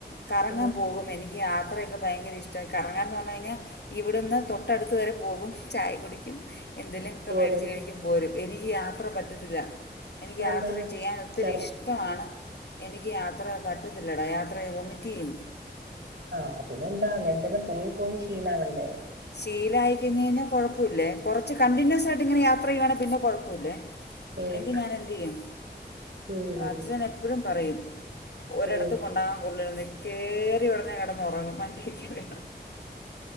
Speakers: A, on the left; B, on the right.
A: കറങ്ങാൻ
B: ഉം
A: പോകും എനിക്ക് യാത്രയൊക്കെ ഭയങ്കര ഇഷ്ട കറങ്ങാൻന്ന് പറഞ്ഞഴിഞ്ഞ ഇവിടുന്ന് തൊട്ടടുത്ത് വരെ പോകും ചായ കുടിക്കും എന്തെലുക്കെ
B: ഇങ്ങോട്ട്
A: മേടിച്ച് കഴി പോരും എനിക്ക് യാത്ര പറ്റത്തില്ല എനിക്ക്
B: അതെന്താ
A: യാത്ര ചെയ്യാൻ ഒത്തിരി
B: ഛർദി
A: ഇഷ് ഇഷ്ടണ് എനിക്ക് യാത്ര പറ്റത്തില്ലടാ യാത്ര വോമിറ്റ് ചെയ്യും
B: ആഹ് അതിനെന്താ അങ്ങനെതന്നെ പോയി പോയി ശീലവണ്ടേ
A: ശീലായി കഴിഞ്കഴിഞ്ഞാ കുഴപ്പല്ലേ കുറച്ച് കണ്ടിന്യൂസ് ആയിട്ട് ഇങ്ങനെ യാത്ര ചെയ്യുവാണെപിന്നെ കുഴപ്പല്ലേ
B: ഉം
A: ഇല്ലെങ്കിൽ ഞാൻ എന്ത് ചെയ്യും
B: ഉം
A: അച്ചൻ എപ്പഴും പറയും ഒരിടത്ത്
B: ഉം
A: കൊണ്ടാൻ കൊള്ളൂല്ലന്ന് കേറി ഉടനെ കിടന്നന്നുറങ്ങും വണ്ടികേറിയ